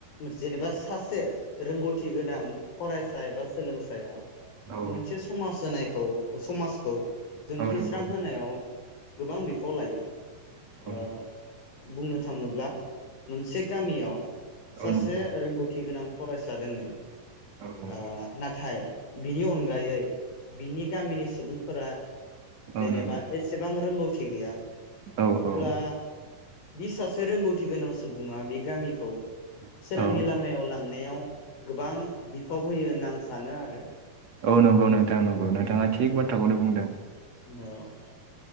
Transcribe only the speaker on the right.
औ
नंगौ
औ
औ नंगौ औ
नंगौ औ नंगौ
औ औ
नंगौ
औ
औ।
औ
औ
औ नंगौ नोंथां नंगौ नोंथाङा थिग बाथ्राखौनो बुंदों।